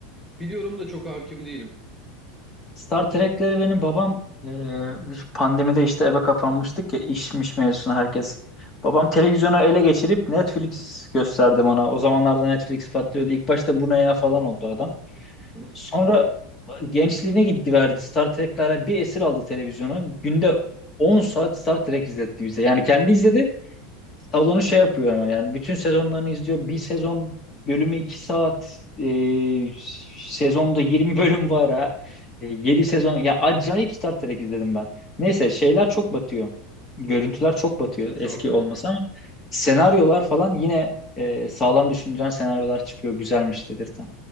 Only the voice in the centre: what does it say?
Biliyorum da çok hakim değilim.
<laughs>
Çok.